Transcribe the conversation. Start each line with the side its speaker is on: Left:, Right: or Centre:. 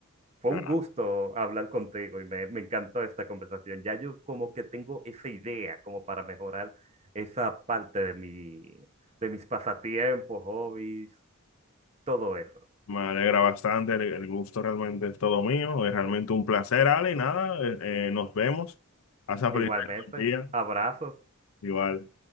Right: fue
Left: Nada,
Right: un gusto hablar contigo y me, me encantó esta conversación. Ya yo como que tengo esa idea como para mejorar esa parte de mi, de mis pasatiempos, hobbies todo eso.
Left: me alegra bastante, el, el gusto realmente es todo mío, es realmente un placer, Ale, y nada, eh, eh, nos vemos. Pasa
Right: Igualmente,
Left: feliz resto del día,
Right: abrazos.
Left: igual.